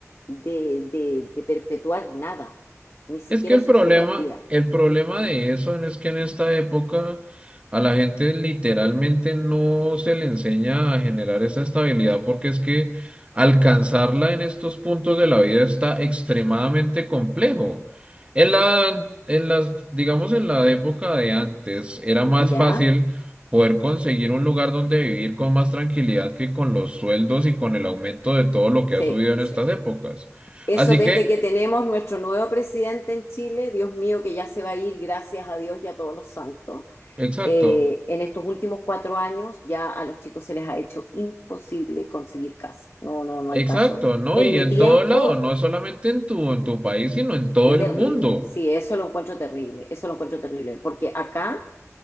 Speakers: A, on the left; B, on the right.
A: de, de, de perpetuar nada, ni siquiera
B: Es que el
A: sus
B: problema,
A: propias vidas,
B: el problema de eso es que en esta época a la gente literalmente no se le enseña a generar esa estabilidad porque es que alcanzarla en estos puntos de la vida está extremadamente complejo. En la, en las, digamos, en la época de antes era más
A: ¿ya?
B: fácil poder conseguir un lugar donde vivir con más tranquilidad que con los sueldos y con el aumento de todo lo que
A: Sí,
B: ha subido en
A: sí.
B: estas épocas.
A: Eso
B: Así
A: desde
B: que,
A: que tenemos nuestro nuevo presidente en Chile, Dios mío, que ya se va a ir, gracias a Dios y a todos los santos.
B: exacto.
A: eh, en estos últimos cuatro años ya a los chicos se les ha hecho imposible conseguir casa. No, no, no
B: Exacto,
A: hay caso.
B: ¿no?
A: En
B: Y
A: mi
B: en
A: tiempo,
B: todo lado, no solamente en tu, en tu país, sino en todo
A: qué
B: el
A: terrible.
B: mundo.
A: Sí, eso lo encuentro terrible. Eso lo encuentro terrible. Porque acá,